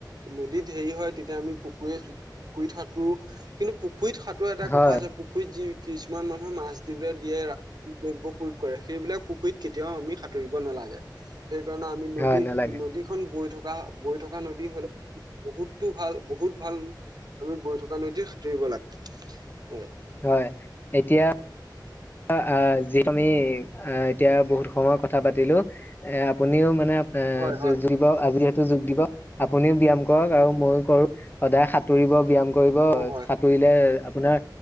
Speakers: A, on the right (about 60°); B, on the left (about 25°).
A: নদীত হেই তেতিয়া আমি পুখুৰীয়ে-চুখুৰীয়ে খুৰিত সাঁতোৰো, কিন্তু পুখু পুখুৰীত সাঁটোৰাৰ এটা
B: হয়
A: কথা আছে। পুখুৰীত যি কিছুমান মানুহ মাছ দিউতে দিয়ে ৰা দ্ৰব্য প্ৰয়োগ কৰে সেইবিলাক পুখুৰীত কেতিয়াও আমি সাঁতুৰিব নালাগে। সেই কাৰণে আমি নদীত
B: হয় নালাগে
A: নদী খন বৈ থকা থকা বৈ থকা নদী হ'লে বহুত টো ভাল, বহুত ভাল, আমি বৈ থকা নদীত সাতুৰিব লাগে।
B: হয়, এতিয়া আহ আহ যিহেতু আমি আহ এতিয়া বহুত সময় কথা পাতিলো এ আপুনিও মানে এ
A: হয় হয়
B: যদি বাৰু আজি জি যোগ দিবস। আপুনিও ব্যায়াম কৰক আৰু ময়ো কৰো, সদায় সাঁতুৰিব ব্যায়াম কৰিব।
A: অ হয়
B: সাঁতুৰিলে আপোনাৰ